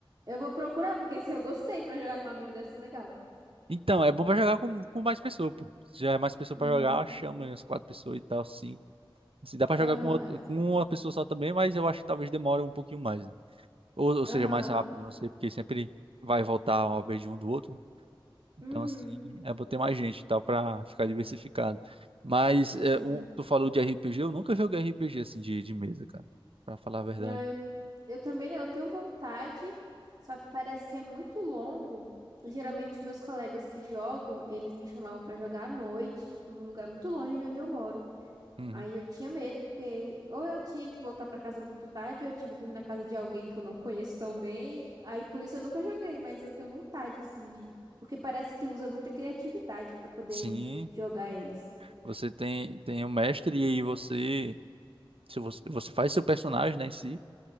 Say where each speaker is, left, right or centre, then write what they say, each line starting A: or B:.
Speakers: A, on the right (about 50°); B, on the right (about 85°).
A: Eu vou procurar, porque se eu gostei pra jogar com um amigo, deve ser legal.
B: Então, é bom pra jogar com, com mais pessoa, pô. Se já é mais pessoa
A: Uhum.
B: pra jogar, chama aí umas quatro pessoas e tal, cinco. Se dá pra
A: Aham.
B: jogar com, outra-
A: é.
B: com uma pessoa só também, mas eu acho que talvez demore um pouquinho mais. né? Ou, ou seja,
A: Aham.
B: mais rápido, não sei, porque sempre vai voltar uma vez de um do outro. Então,
A: Uhum.
B: assim, é bom ter mais gente e tal para ficar diversificado. Mas é,
A: Sim.
B: o que tu falou de RPG, eu nunca joguei RPG assim de, de mesa, cara, para falar a verdade.
A: Não, eu, eu também não. Eu tenho vontade, só que parece que é muito longo. Geralmente, meus colegas que jogam, eles me chamavam pra jogar à noite, tipo, num lugar muito longe de onde eu moro.
B: Uhum.
A: Aí eu tinha medo, porque ou eu tinha que voltar pra casa muito tarde, ou eu tinha que dormir na casa de alguém que eu não conheço tão bem. Aí por isso eu nunca joguei, mas eu tenho vontade, assim, de. Porque parece que usa muita criatividade pra poder
B: Sim,
A: jogar eles.
B: você tem tem o mestre e aí você se você, você faz seu personagem, né, em si.